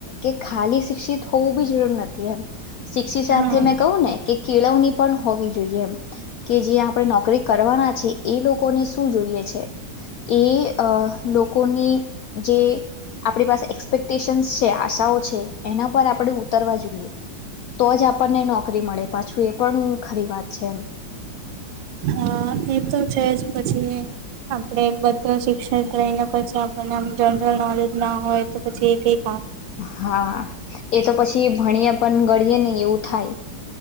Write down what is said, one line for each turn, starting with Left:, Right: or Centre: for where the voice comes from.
Left: કે ખલી સ શિક્ષિત હોવું બી જરૂર નથી એ શિક્ષિત સાથે
Right: હા.
Left: મે કહું ને કે કેળવણી પણ હોવી જોઈએ એમ કે જે આપણે નોકરી કરવાના છ એ લોકોને શું જોઈએ છે એ લોકોની જે આપણી પાસે એક્સપેક્ટેશનસ આશા છે એના પર આપણે ઉતરવા જોઈએ તો જ આપણને નોકરી મળે પાછું એ પણ ખરી વાત છે એમ
Right: અ એ તો છે જ પછી આપણે બધા શિક્ષક લઈને પછી આપણને આ જનરલ નોલેજ ના હોય તો પછી એક
Left: હા એ તો પછી ભણ્યા પણ ગળીએ ને એવું થાય